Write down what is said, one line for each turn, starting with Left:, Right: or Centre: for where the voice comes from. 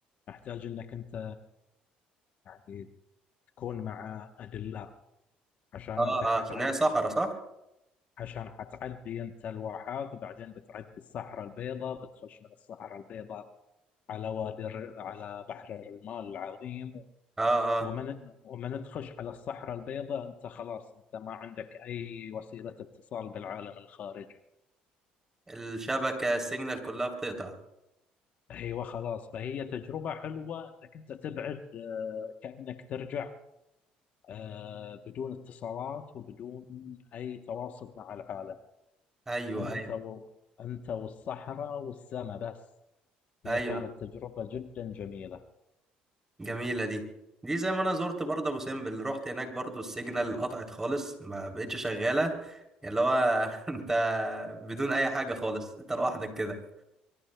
Left: محتاج إنك أنت يعني تكون مع أدلة عشان
Right: اه
Left: أنت حتعدي
Right: اه عشان هي صحراء صح
Left: عشان حتعدي أنت الواحات وبعدين بتعدي الصحراء البيضاء بتخش من الصحراء البيضاء على وادي الر- على بحر الرمال العظيم
Right: اه اه
Left: ومن ومن تخش على الصحراء البيضاء أنت خلاص أنت ما عندك أي وسيلة اتصال بالعالم الخارجي
Right: الشبكه السيجنال كلها بتقطع
Left: أيوة خلاص فهي تجربة حلوة إنك أنت تبعد آه، كأنك ترجع آه، بدون اتصالات وبدون أي تواصل مع العالم
Right: ايوه
Left: أنت
Right: ايوه
Left: و... أنت والصحراء والسماء بس
Right: ايوه
Left: هي كانت تجربة جدا جميلة
Right: جميله دي دي زي ما انا زرت برضه ابو سمبل رحت هناك برضه السيجنال قطعت خالص ما بقتش شغاله اللي هو <laughs> انت بدون اي حاجه خالص انت لوحدك كده